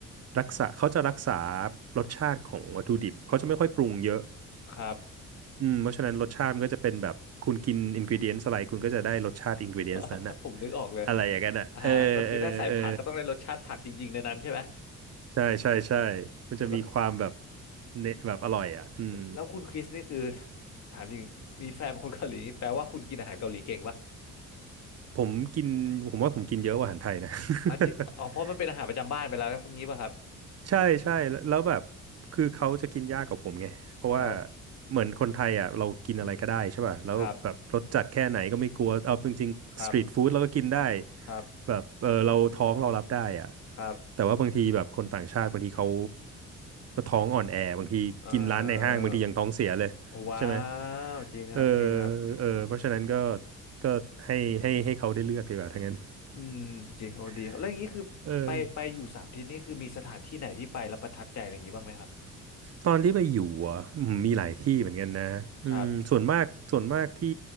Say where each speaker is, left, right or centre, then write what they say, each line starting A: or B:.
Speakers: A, on the right (about 55°); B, on the left (about 65°).
A: รักษาเขาจะรักษารสชาติของวัตถุดิบเขาจะไม่ค่อยปรุงเยอะ
B: ครับ
A: อืมเพราะฉะนั้นรสชาติมันก็จะเป็นแบบคุณกินอินก e เดียน s อะไรคุณก็จะได้รสชาติอินก e เดียน
B: <laughs>
A: s นั้นอะ
B: ผมนึกออกเลย
A: อะไรอย่างนั้นอะเออเออเออ
B: อ่าก็คือถ้าใส่ผักก็ต้องได้รสชาติผักจริงๆในนั้นใช่ไหม
A: ใช่ใช่ใช่
B: โอ้แล้ว
A: มันจะมีความแบบเนแบบอร่อยอ่ะอืม
B: แล้วคุณคริสนี่คือถามจริงมีแฟนเป็นคนเกาหลีนี่แปลว่าคุณกินอาหารเกาหลีเก่งปะ
A: ผมกินผมว่าผมกินเยอะกว่าอาหารไทยนะ <laughs>
B: อ๋อจิอ๋อเพราะมันเป็นอาหารประจำบ้านไปแล้วงี้ป่ะครับ
A: ใช่ใช่แล้วแล้วแบบคือเขาจะกินยากกว่าผมไงเพราะว่า
B: ครับ
A: เหมือนคนไทยอ่ะเรากินอะไรก็ได้ใช่ป่ะแล้วแบบรสจัดแค่ไหนก็ไม่กลัวเอาจริงๆสตรีทฟู้ดเราก็กินได้
B: ครับครับครับ
A: แบบเออเราท้องเรารับได้อ่ะ
B: ครับ
A: แต่ว่าบางทีแบบคนต่างชาติบางทีเขาท้องอ่อนแอบางทีกินร้านในห้างบางทียังท้องเสียเลยใช่ไหม
B: เอ่อว้าวจริงครับจริงครับ
A: เออเออเพราะฉะนั้นก็ก็ให้ให้ให้เขาได้เลือกดีกว่าทั้างนั้น
B: อืมจริงโอ้ดีครับแล้วอย่างนี้คือไปไปอยู่สามที่นี่คือมีสถานที่ไหนที่ไปแล้วประทับใจอะไรอย่างนี้บ้างไหมครับ
A: <laughs> เออ ตอนที่ไปอยู่อ่ะอืมมีหลายที่เหมือนกันนะอืมส่วนมากส่วนมากที่
B: ครับ